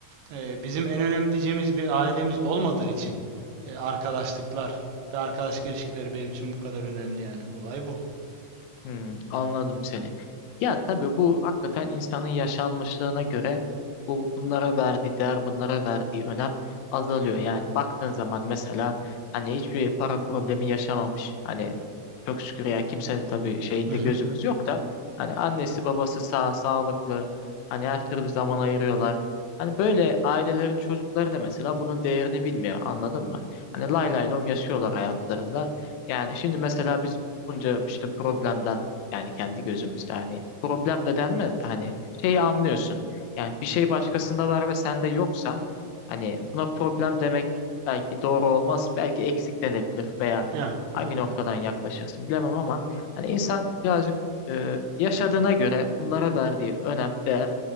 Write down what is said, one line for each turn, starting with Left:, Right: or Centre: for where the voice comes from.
Right: e, bizim en önemli diyeceğimiz bir ailemiz olmadığı için e, arkadaşlıklar ve arkadaşlık ilişkileri benim için bu kadar önemli yani. Olay bu.
Left: Hmm, anladım seni. Ya tabii bu hakikaten insanın yaşanmışlığına göre bu bunlara verdiği değer, bunlara verdiği önem azalıyor. Yani baktığın zaman mesela hani hiçbir para problemi yaşamamış. Hani çok şükür ya kimsenin tabii şeyinde
Right: Hı hı.
Left: gözümüz yok da hani annesi babası sağ, sağlıklı. Hani her türlü zaman ayırıyorlar. Hani böyle ailelerin çocukları da mesela bunun değerini bilmiyor anladın mı? Hani lay lay lom yaşıyorlar hayatlarında. Yani şimdi mesela biz bunca işte problemden yani kendi gözümüzde hani problem de denmez de hani şeyi anlıyorsun. Yani bir şey başkasında var ve sende yoksa hani buna problem demek belki doğru olmaz. Belki eksik denebilir veya
Right: Yani,
Left: hangi
Right: yani
Left: noktadan
Right: evet.
Left: yaklaşırsın bilemem ama hani insan birazcık e, yaşadığına göre bunlara verdiği önem, değer